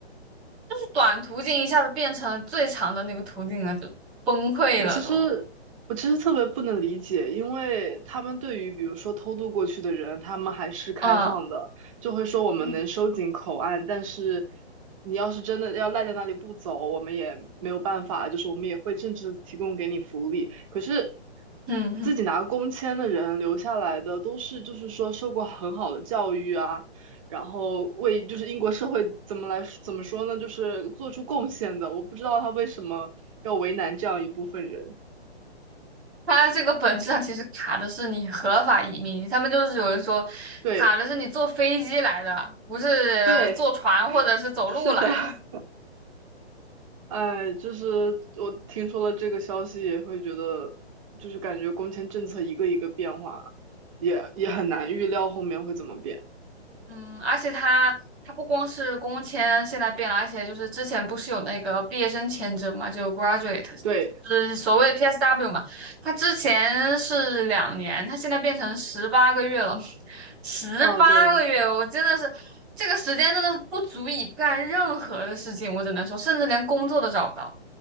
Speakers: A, in the centre; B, on the right.
A: 就是短途径一下子变成了最长的那个途径了，就崩溃了都。
B: 我其实我其实特别不能理解，因为他们对于比如说偷渡过去的人，他们还是开放的，
A: 嗯
B: 就会说我们能收紧口岸，
A: 嗯
B: 但是你要是真的要赖在那里不走，我们也没有办法，就是我们也会政治提供给你福利。可是
A: 嗯哼，
B: 自己拿工签的人留下来的，都是就是说受过很好的教育啊。然后为就是英国社会怎么来怎么说呢，就是做出贡献的。我不知道他为什么要为难这样一部分人。
A: 它这个本质上其实卡的是你合法移民，他们就是有人说卡的是你坐飞机来的，
B: 对
A: 不是坐船或者是走路来的。
B: 对，是的，<laughs> 哎，就是我听说了这个消息，也会觉得就是感觉工签政策一个一个变化，也也很难预料后面会怎么变。
A: 嗯，而且他他不光是工签现在变了，而且就是之前不是有那个毕业生签证嘛，就 graduate，
B: 对，
A: 就是所谓的 PSW 嘛。他之前是两年，他现在变成十八个月了，<laughs> 十八个月，
B: 啊，对。
A: 我真的是这个时间真的是不足以干任何的事情，我只能说，甚至连工作都找不到，